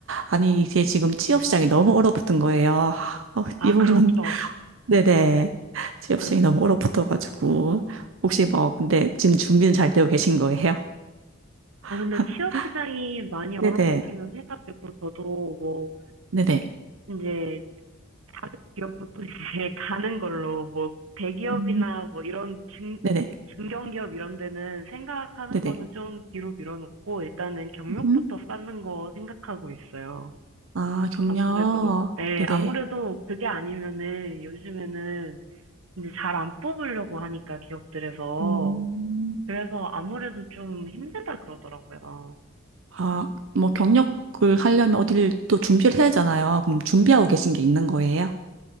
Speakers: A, on the right; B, on the right.
A: 아니, 이게 지금 취업 시장이 너무 얼어붙은 거예요. 아, 어,
B: 아,
A: 이 부분
B: 그렇죠.
A: 네네. 취업
B: 네.
A: 시장이 너무 얼어붙어가지고. 혹시 뭐, 근데 지금 준비는 잘 되고 계신 거예요? <laughs>
B: 아, 근데 취업 시장이 많이 얼어붙기는
A: 네네.
B: 해가지고 저도 뭐
A: 네네.
B: 이제 다른 기업부터 이제 가는 걸로 뭐 대기업이나
A: 음,
B: 뭐 이런 중,
A: 네네.
B: 중견기업 이런 데는 생각하는
A: 네네.
B: 거는 좀 뒤로 밀어놓고 일단은 경력부터
A: 음?
B: 쌓는 거 생각하고 있어요.
A: 아, 경력.
B: 아무래도, 예,
A: 네네.
B: 아무래도 그게 아니면은 요즘에는 이제 잘 안 뽑으려고 하니까 기업들에서.
A: 음,
B: 그래서 아무래도 좀 힘들다 그러더라고요.
A: 아, 뭐, 경력을 하려면 어디를 또 준비를 해야 하잖아요. 그럼 준비하고 계신 게 있는 거예요?